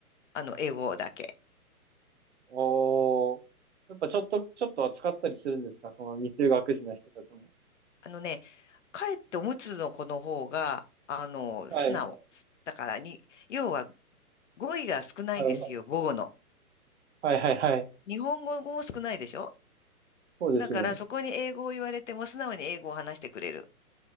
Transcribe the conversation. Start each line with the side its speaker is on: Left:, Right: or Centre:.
Left: あの、英語だけ。
Right: おお。やっぱちょっと、ちょっとは使ったりするんですかその未就学児の人たちも。
Left: あのね、かえっておむつの子の方が、あの、
Right: はい。
Left: 素直。だからに、要は語彙が少ないんですよ、
Right: あの、
Left: 母語の。
Right: はいはいはい。
Left: 日本語も少ないでしょ
Right: そうですね。
Left: だからそこに英語を言われても素直に英語を話してくれる。